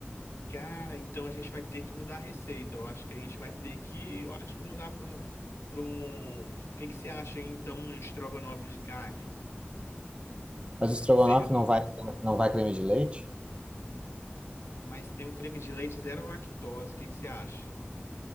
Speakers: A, on the left; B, on the right.
A: Cara, então a gente vai ter que mudar a receita. Eu acho que a gente vai ter que, eu acho que mudar para um para um. O que que você acha hein, então um estrogonofe de carne?
B: Mas o estrogonofe
A: Ser-
B: não vai, não vai creme de leite?
A: Mas tem um creme de leite zero lactose. O que que você acha?